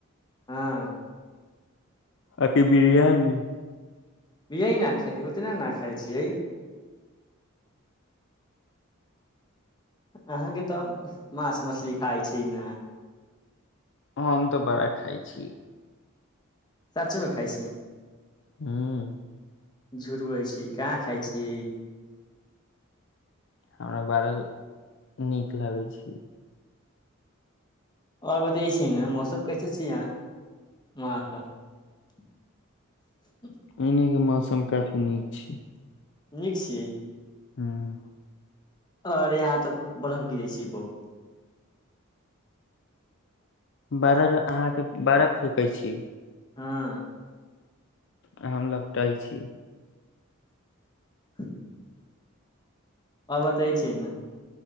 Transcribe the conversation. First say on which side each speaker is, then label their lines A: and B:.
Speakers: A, on the left (about 20°); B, on the left (about 60°).
A: हँ
B: आकी बिरियानी
A: यह ने खा उतना ने खाइ छियैह अहाँके तऽ माँस मछली खाइ छी ने
B: ह हम तऽ बड़ा खइ छी
A: साचोमे खाइ छी
B: हँ
A: झुठबै छी का खाइ छीियै ई
B: हमरा बड़ल नीक लागै छै
A: आओर बतेै छै ने मौसम कैसे छीिय यहाँ वहाँके
B: एनेके मौसम काफी नीक छै
A: नीक छियै
B: हँ
A: अरे यहाँ तऽ बर्फ गिरे छी बहुत
B: बारह र अहाँके बारह फेेकै छी
A: हँ
B: हम लपटइ छी
A: ह आओर बताइ छै ने